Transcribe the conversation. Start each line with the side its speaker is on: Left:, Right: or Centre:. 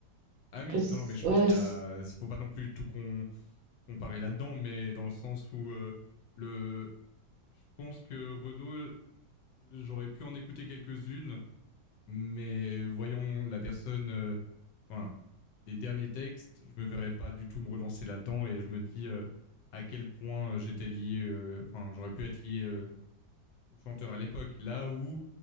Left: Ah oui,
Right: que c-
Left: non, non, mais je
Right: ouais,
Left: pense qu'il
Right: c-
Left: y a, faut pas non plus tout con- comparer là-dedans, mais dans le sens où euh, le, je pense que Renault Euh, j'aurais pu en écouter quelques-unes, mais voyons la personne, euh, voilà, les derniers textes, je me verrais pas du tout me relancer là-dedans et je me dis euh, à quel point euh, j'étais lié, euh, enfin j'aurais pu être lié euh, au chanteur à l'époque. Là où